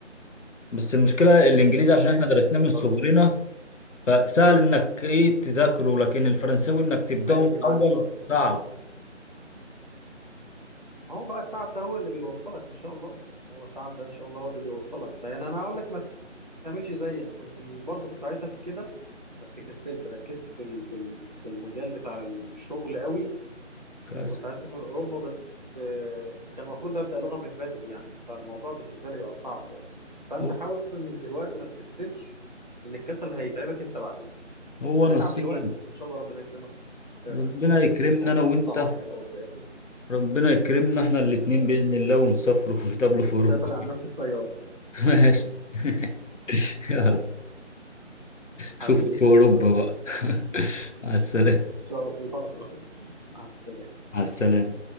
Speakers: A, on the left; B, on the right.
A: بس المشكلة الانجليزي
B: ايوه
A: عشان احنا
B: حقيقي
A: درسناه
B: بيفضلوا
A: من صغرنا فسهل انك ايه تذاكره لكن الفرنساوي انك تبدأه
B: ماشي
A: من الاول
B: معاك شويه
A: صعب
B: ما هو بقى التعب ده هو اللي بيوصلك ان شاء الله هو التعب ده ان شاء الله هو اللي بيوصلك يعني انا هقول لك ما تعملش زيي انا كنت برضو كنت عايز اسافر كده بس كسلت ركزت في ال- في ال- في المجال بتاع الشغل قوي
A: كاس
B: وكنت عايز اسافر اوروبا بس آه، كان المفروض ابدا لغه من بدري يعني فالموضوع بالنسبه لي بقى صعب دلوقتي فانت
A: هو
B: حاول من دلوقتي ما تكسلش لان الكسل هيتعبك انت بعدين
A: هو
B: هتتعب
A: نصيب
B: دلوقتي بس ان شاء الله ربنا يكرمك وتسافر
A: ربنا
B: ان شاء
A: يكرمنا
B: الله هو
A: انا
B: نصيب
A: وانت
B: طبعا في الاول في الاخر ان
A: ربنا يكرمنا احنا الاتنين
B: شاء
A: بإذن
B: الله
A: الله ونسافروا <laughs> ونتقابلوا في اوروبا
B: نسافر على نفس الطياره
A: <laughs> ماشي <laughs> يلا شوفك
B: حبيبي
A: في اوروبا
B: يلا
A: بقى <laughs> على السلامه
B: ان شاء الله <laughs> مع السلامه
A: على السلامه